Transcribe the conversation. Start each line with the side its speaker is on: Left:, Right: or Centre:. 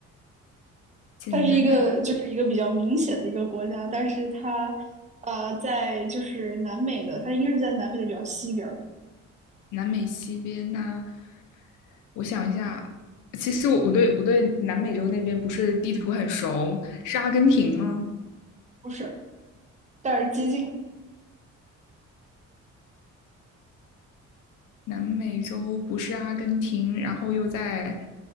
Left: 简单的
Right: 它是一个就是一个比较明显的一个国家，但是它呃在就是南美的，它应该是在南美的比较西边儿，
Left: 南美西边呐、我想一下，其实我我对我对南美洲那边不是地图很熟，是阿根廷吗？
Right: 不是，但是接近
Left: 南美洲不是阿根廷，然后又在